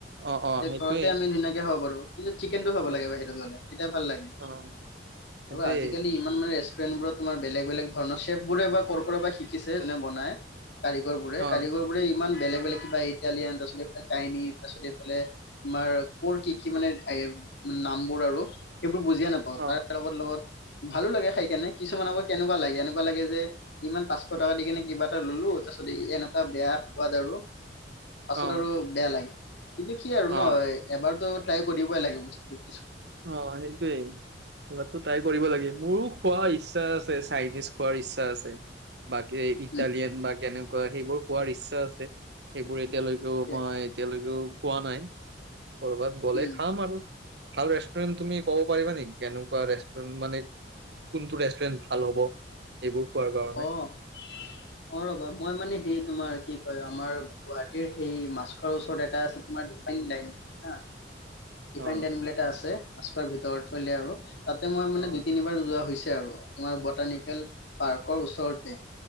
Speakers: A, on the right (about 65°); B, on the left (about 70°).
A: অ অ
B: তে
A: সেইটোৱে
B: ঘৰতে আমি ধুনীয়াকে খাব পাৰো। চিকেনটো খাব
A: অ
B: লাগে বাহিৰত গ'লে। তেতিয়া ভাল লাগে,
A: অ সেইটোৱে
B: আৰু আজিকালি ইমান মানে। ৰেষ্টুৰেণ্টবোৰত তোমাৰ বেলেগ বেলেগ ধৰণৰ চেফবোৰে বা ক'ৰ পৰা বা শিকিছে যোনে বনায়! কাৰিকৰবোৰে।
A: অ
B: কাৰিকৰবোৰে ইমান বেলেগ বেলেগ কিবা এই। ইটালিয়ান তাৰপিছত এইফালে চাইনিজ, তাৰপিছত এইফালে তোমাৰ ক'ৰ কি কি মানে নামবোৰ। আৰু, সেইবোৰ বুজিয়ে নাপাওঁ
A: অ
B: তাৰ লগত লগত। ভালো লাগে খাই কেনে। কিছুমান আকৌ কেনেকুৱা লাগে, এনেকুৱা লাগে যে ইমান পাঁচশ টকা দি কেনে কিবা এটা ল'লো। তাৰপিছত এনেকুৱা বেয়া সোৱাদ আৰু! পাছত
A: অ',
B: আৰু বেয়া লাগে। কিন্তু কি আৰু
A: অ',
B: ন এবাৰতো ট্ৰাই কৰিবই লাগে বস্তটো।
A: অ' সেইটোয়েই। এবাৰটো ট্ৰাই কৰিব লাগে। মোৰো খোৱা ইচ্ছা। ইচ্ছা আছে, চাইনিজ খোৱাৰ ইচ্ছা আছে। বাকী ইটালিয়ান
B: উম
A: বা কেনে কোৱা সেইবোৰ হোৱাৰ ইচ্ছা আছে। সেইবোৰ এতিয়ালৈকেও
B: তাকে
A: মই এতিয়ালৈকেও। পোৱা নাই কৰ'বাত গ'লে
B: উম
A: খাম আৰু। ভাল ৰেষ্টুৰেণ্ট তুমি ক'ব পাৰিবা নেকি? কেনেকুৱা ৰেষ্টুৰেণ্ট মানে? কোনটো ৰেষ্টৰেণ্ট ভাল হব? এইবোৰ খোৱাৰ কাৰণে,
B: অ অ ৰবা, মই মানে হেৰি। তোমাৰ কি কয় আমাৰ গুৱাহাটীৰ সেই মাছখৰৰ ওচৰত এটা আছে তোমাৰ ডিফাইন লাইন হা। ডিফাইন
A: অ',
B: লাইন বুলি এটা আছে। মাছখোৱা ভিতৰ ফলিয়া আৰু তাতে মই মানে
A: অ',
B: দুই তিনিবাৰ যোৱা হৈ হৈছে। আৰু তোমাৰ বটানিকেল পাৰ্কৰ ওচৰতে।